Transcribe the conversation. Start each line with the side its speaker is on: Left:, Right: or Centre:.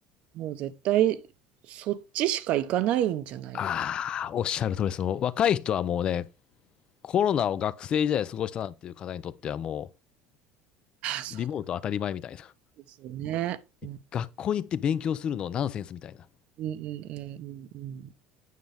Right: もう絶対そっちしか行かないんじゃないか
Left: ああ、おっしゃる通りです。もう若い人はもうね、コロナを学生時代過ごしたなんていう方にとってはも
Right: な。あ、そう
Left: う、リモート当たり前みたいな。
Right: ですよね。うん
Left: <laughs> 学校に行って勉強するのナンセンスみたいな。
Right: うんうんうんうんうん